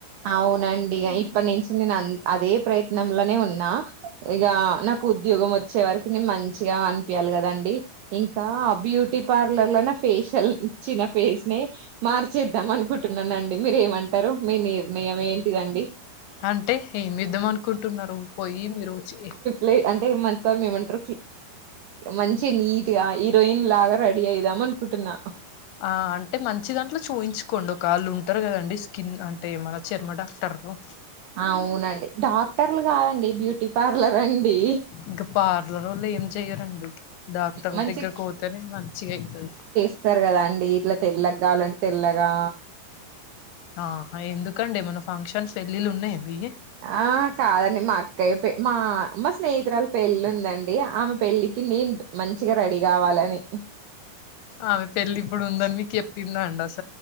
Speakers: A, on the right (about 75°); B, on the left (about 80°).
A: అవునండి ఇప్పటి నుంచి నేను అదే ప్రయత్నంలనే ఉన్నా ఇగా నాకు ఉద్యోగం వచ్చే వరకి నేను మంచిగా అనిపియాలి కదండీ ఇంకా ఆ బ్యూటీ పార్లర్ల నా ఫేషియల్ ఛీ నా ఫేస్ ని మార్చేద్దాం అనుకుంటున్నానండి మీరేమంటారు మీ నిర్ణయం ఏంటిదండి
B: అంటే ఏం చేద్దాం అనుకుంటున్నారు పోయి మీరు వచ్చి
A: లే అంటే మంతా మేమంటారు మంచి నీటిగా హీరోయిన్ లాగా రెడీ అయిదాం అనుకుంటున్నా
B: ఆ అంటే మంచి దాంట్లో చూయించుకోండి ఒకవాళ్లు ఉంటారు కదండి స్కిన్ అంటే మన చర్మ డాక్టర్ను
A: ఆ అవునండి డాక్టర్లు కాదండి బ్యూటీ పార్లర్ అండి
B: ఇంకా పార్లర్ వాళ్ళు ఏం చేయరండి డాక్టర్ల
A: మంచి
B: దగ్గరకి పోతేనే మంచిగా అయితది
A: వస్తారు కదా అండి ఇట్లా తెల్లగా కావలంటే తెల్లగా
B: ఆ ఎందుకండి మన ఫంక్షన్స్ పెళ్లిళ్లు ఉన్నాయ మీయి
A: ఆ కాదండి మా అక్కయ్య మా మా స్నేహితురాలు పెళ్ళి ఉందండి ఆమె పెళ్ళికి నేను మంచిగా రెడీ కావాలని
B: ఆమె పెళ్లి ఇప్పుడుందని మీకు చెప్పిందా అండి అసలు